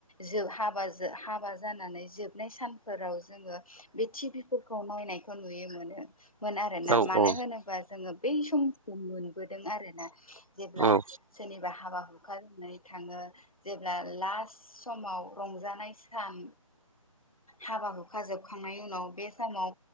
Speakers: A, on the left; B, on the right.
A: जों हाबा हाबा जानानै जोबनाय सानफोराव जोङो बे टि भि फोरखौ नायनायखौ नुनो मोनो मोन आरोना
B: औ
A: मानो
B: औ
A: होनोबा जोङो बै समखौ मोनबोदों आरोना। जेब्ला
B: औ
A: सोरनिबा हाबा हुखा जाना थाङो जे ब्ला लास्ट समाव रंजानाय सान हाबा हुखा जोबखांनायनि उनाव बे समाव